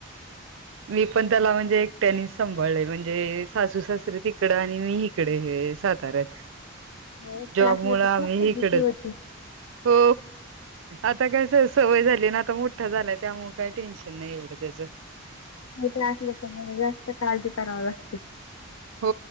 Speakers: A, on the right; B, on the left.
A: मी पण त्याला म्हणजे एक टेनिस सांभाळलेय म्हणजे सासू सासरे तिकडं आणि मी इकडे हे साताऱ्यात
B: एकट्या
A: जॉब
B: असले
A: मुळ आम्ही
B: तर खूप फजिती
A: इकडेच
B: होती.
A: हो आता कयस सवय झाली ना आता मोठा झालाय त्यामु काही टेन्शन नाही एवढं त्याचं
B: त्र असल्या तर जास्त काळज करावा लागते
A: हो